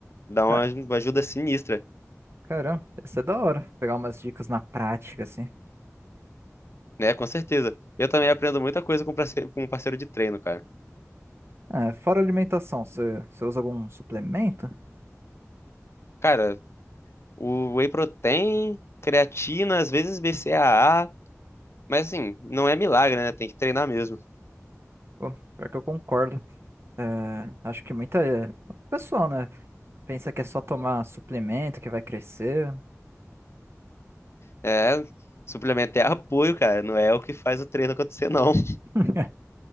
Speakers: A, on the left (about 55°); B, on the right (about 50°).
A: Dá
B: Cara,
A: uma uma ajuda sinistra,
B: caramba, ia ser da hora pegar umas dicas na prática, assim.
A: né? Com certeza. Eu também aprendo muita coisa com parce- com um parceiro de treino, cara.
B: É, fora alimentação, você você usa algum suplemento?
A: Cara, O whey protein, creatina, às vezes BCAA, mas assim, não é milagre, né? Tem que treinar mesmo.
B: Pô, pior que eu concordo. É, acho que muita, muita pessoa, né, pensa que é só tomar suplemento que vai crescer.
A: É, suplemento é <laughs> apoio, cara, não é o que faz o treino acontecer, não. <laughs>
B: <laughs>